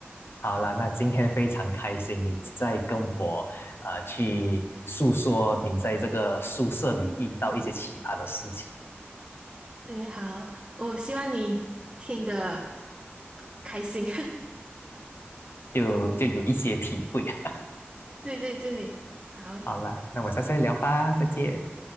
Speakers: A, on the left; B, on the right.
A: 好啦，那今天非常开心，你在跟我呃去诉说你在这个宿舍里遇到一些奇葩的事情，
B: 对，好，我希望你听得开心。
A: 就就有一些体会。<laughs>
B: <laughs> 对对对，好
A: 好啦，那我们下次再聊吧，再见。